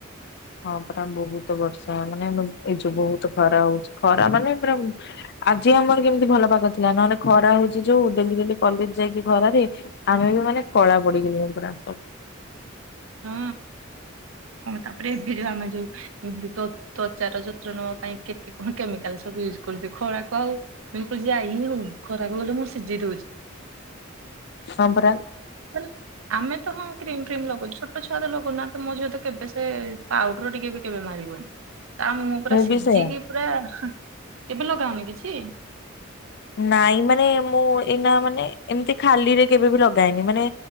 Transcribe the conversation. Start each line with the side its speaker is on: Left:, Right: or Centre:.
Left: ହଁ ପରା ବହୁତ ବର୍ଷା ମାନେ ଏଇ ଯୋଉ ବହୁତ ଖରା ହଉଛି ଖରା ମାନେ ପୁରା ଆଜି ଆମର କେମିତି ଭଲ ପାଗ ଥିଲା ନହେଲେ ଖରା ହଉଛି ଯୋଉ ଡେଲି ଡେଲି କଲେଜ ଯାଇକି ଖରାରେ ଆମେ ବି ମାନେ କଳା ପଡି ଗୁଲୁ ପୁରା।
Right: ହଁ ହମ ତାପରେ ଭେଜମ ଯାଉ। ଏତି ତ୍ୱଚାର ଯତ୍ନ ନବା ପାଇଁ କେତେ କଣ କେମିକାଲ ସବୁ ୟୁଜ୍ କରୁଛି ଖରାକୁ ଆଉ। ବିଲ୍କୁଲ ଯାଇନି ମୁଁ ଖରାକ ଗଲେ ମୁଁ ସିଝେଇ ଦଉଛି।
Left: ହଁପରା।
Right: ଲେ ଆମେ ତ ହଁ କ୍ରିମ ଫ୍ରିମ ଲଗାଉଛ। ଛୁଆ ତ ଲଗୁନା ତ ମୋ ସତ କେବେ ସେ ପାଉଡର ଟିକେ ବି କେବେ ମାରିବନି। ତା ମୁଁ ପୁରା ସିଝିକି
Left: ବି ସେଇୟା
Right: ପୁରା କେବେ ଲଗାଉନି କିଛି।
Left: ନାଇଁ ମାନେ ମୁଁ ଏଇନା ମାନେ ଏମିତି ଖାଲିରେ କେବେ ବି ଲଗାଏନି ମାନେ